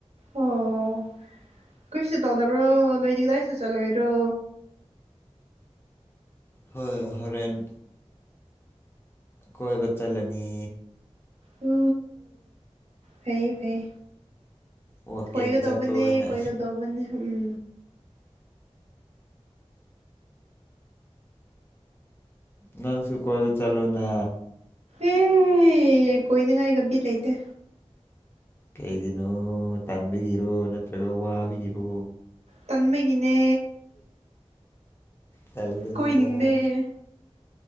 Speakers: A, on the right; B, on the left.
A: ꯑꯣ ꯀꯩꯁꯨ ꯇꯧꯗꯕ꯭ꯔꯣ ꯅꯣꯏꯗꯤ ꯀꯗꯥꯏꯁꯨ ꯆꯠꯂꯣꯏꯗ꯭ꯔꯣ
B: ꯍꯣꯏ ꯍꯣꯔꯦꯟ ꯀꯣꯏꯕ ꯆꯠꯂꯅꯤ
A: ꯎ ꯐꯩ ꯐꯩ
B: ꯋꯥꯛꯀꯤꯡ
A: ꯀꯣꯏꯒꯗꯧꯕꯅꯦ
B: ꯆꯠꯄ ꯑꯣꯏꯅ
A: ꯀꯣꯏꯒꯗꯧꯕꯅꯦ ꯎꯝ
B: ꯅꯪꯁꯨ ꯀꯣꯏꯕ ꯆꯠꯂꯨꯅ
A: ꯑꯦ ꯀꯣꯏꯅꯤꯡꯉꯥꯏꯒ ꯕꯤꯠ ꯂꯩꯇꯦ
B: ꯀꯩꯒꯤꯅꯣ ꯇꯟꯕꯤꯒꯤꯔꯣ ꯅꯠꯇ꯭ꯔꯒ ꯋꯥꯕꯤꯒꯤꯔꯣ
A: ꯇꯟꯕꯒꯤꯅꯦ
B: ꯀꯂꯗꯨꯅꯗ
A: ꯀꯣꯏꯅꯤꯡꯗꯦ